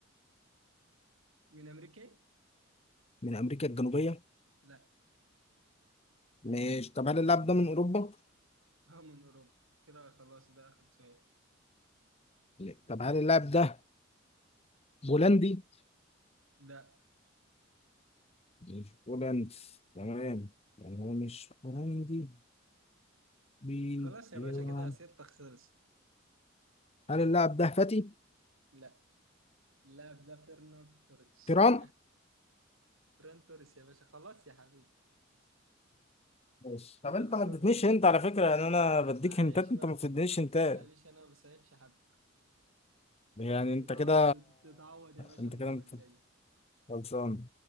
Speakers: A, on the right (about 80°); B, on the left (about 30°).
A: من امريكا؟
B: من أمريكا الجنوبية؟
A: لا
B: ماشي طب هل اللاعب ده من أوروبا؟
A: هو من اوروبا كده خلاص ده اخر سؤال
B: لا. طب هل اللاعب ده بولندي؟
A: لا
B: مش بولنس تمام يعني هو مش بولندي بيلعب
A: خلاص يا باشا كده سيرتك خلصت
B: هل اللاعب ده فتي؟
A: لا اللاعب ده فيرنر توريس
B: تيران؟
A: <laughs> فران توريس يا باشا خلاص يا حبيبي
B: ماشي طب
A: كده
B: انت
A: خسرت
B: ما اديتنيش
A: انت
B: هنت على فكرة يعني انا
A: مع-
B: بديك
A: معلش
B: هنتات انت
A: بقى
B: ما بتدينيش هنتات
A: معلش انا ما بساعدش حد
B: يعني انت
A: تتعود
B: كده
A: تتعود يا باشا
B: انت
A: المرة
B: كده
A: الجاية
B: خلصان